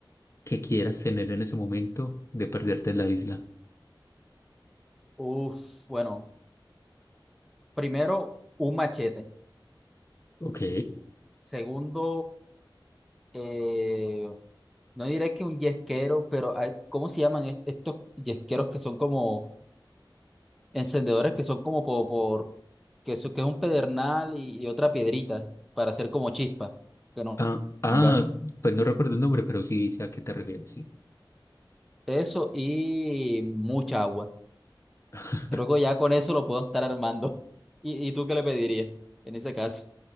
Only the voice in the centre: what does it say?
<laughs> Uf, bueno, primero, un machete.
Segundo, eh, no diré que un yesquero, pero hay- ¿cómo se llaman est- estos yesqueros que son como encendedores que son como por, por- que, eso- que es un pedernal y, y otra piedrita para hacer como chispa, que no
un gas.
Eso y mucha agua.
Creo que ya con eso lo puedo estar armando. <laughs> ¿Y, y tú qué le pedirías en ese caso?